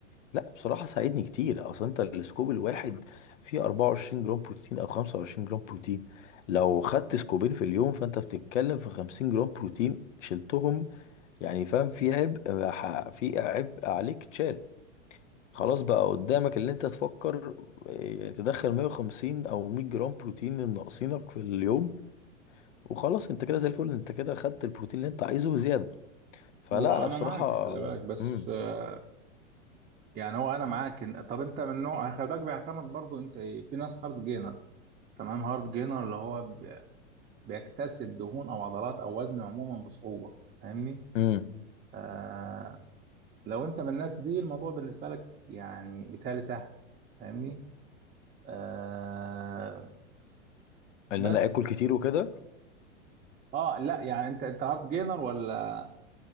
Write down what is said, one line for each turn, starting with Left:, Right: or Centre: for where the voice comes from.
Left: لا بصراحة ساعدني كتير اصل انت السكوب الواحد فيه 24 جرام بروتين او 25 جرام بروتين لو خدت سكوبين في اليوم فانت بتتكلم في 50 جرام بروتين شلتهم يعني فاهم في عبء ح- في عبء عليك اتشال خلاص بقى قدامك اللي انت تفكر إيه، تدخل 150 او 100 جرام بروتين الناقصينك في اليوم وخلاص انت كده زي الفل انت كده خدت البروتين اللي انت عايزه وزيادة فلا
Right: هو
Left: انا
Right: انا
Left: بصراحة
Right: معاك خلي بالك بس
Left: امم
Right: آه، يعني هو انا معاك إن- طب انت من نوع خلي بالك بيعتمد برضو انت ايه في ناس هارد جينر تمام هارد جينر اللي هو بي- بيكتسب دهون او عضلات او وزن عموما بصعوبة فاهمني
Left: امم
Right: آه لو انت من الناس دي الموضوع بالنسبة لك يعني بالتالي سهل فاهمني آه
Left: ان
Right: بس
Left: انا اكل كتير وكده
Right: اه لا يعني انت انت هارد جينر ولا